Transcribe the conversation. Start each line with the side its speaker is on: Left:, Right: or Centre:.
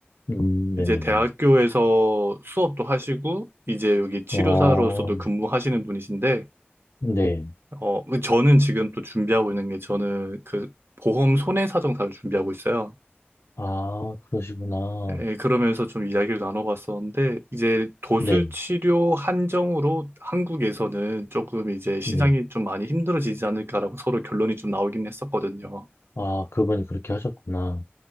Left: 음, 네네네.
Right: 이제 대학교에서 수업도 하시고, 이제 여기 치료사로서도
Left: 어,
Right: 근무하시는 분이신데,
Left: 네.
Right: 어, 저는 지금 또 준비하고 있는 게 저는 그 보험 손해사정사를 준비하고 있어요.
Left: 아, 그러시구나.
Right: 예, 그러면서 좀 이야기를 나눠봤었는데, 이제 도수치료
Left: 네,
Right: 한정으로 한국에서는 조금 이제 시장이
Left: 네.
Right: 좀 많이 힘들어지지 않을까라고 서로 결론이 좀 나오긴 했었거든요.
Left: 아, 그분이 그렇게 하셨구나.